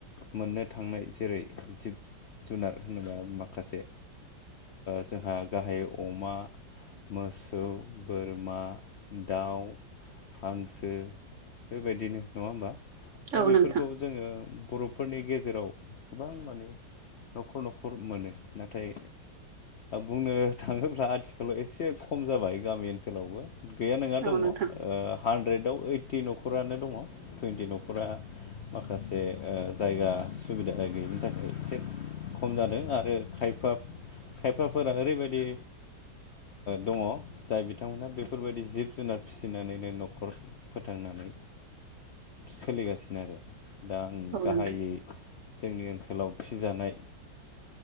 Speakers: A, on the left; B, on the right.
A: मोननो थांनाय जेरै जिब जुनार होनोबा माखासे जोंहा गाहाय अमा मोसौ, बोरमा, दाउ हांसो बेबायदिनो नङा होमबा दा
B: औ
A: बेफोरखौ
B: नोंथां
A: जोङो बर'फोरनि गेजेराव गोबां माने न'खर न'खर मोनो नाथाय बुंनो थाङोब्ला आथिखालाव एसे खम जाबाय गामि ओनसोलावबो गैया नङा
B: औ
A: दङ
B: नोंथां
A: हानद्रेदआव ओइटि न'खरानो दङ टुइन्टि न'खरा माखासे जायगा सुबिदा गैयिनि थाखाय एसे खम जादों आरो खायफा खायफाफोरा ओरैबायदि दङ जाय बिथांमोनहा बेफोरबायदि जिब जुनार फिसिनानैनो न'खर फोथां नानै सोलिगासिनो आरो दा आं
B: औ
A: गाहायै
B: नोंथां
A: जोंनि ओनसोलाव फिजानाय